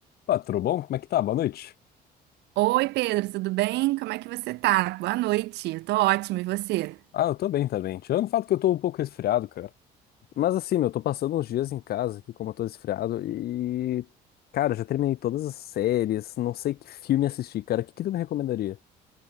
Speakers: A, on the left; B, on the right.
A: Pá, tudo bom? Como é que tá? Boa noite.
B: Oi, Pedro, tudo bem? Como é que você tá? Boa noite. Eu tô ótimo, e você?
A: Ah, eu tô bem também. Tirando o fato que eu tô um pouco resfriado, cara. Mas assim, meu, eu tô passando uns dias em casa aqui, como eu tô resfriado, e. Cara, já terminei todas as séries, não sei que filme assistir, cara. O que que tu me recomendaria?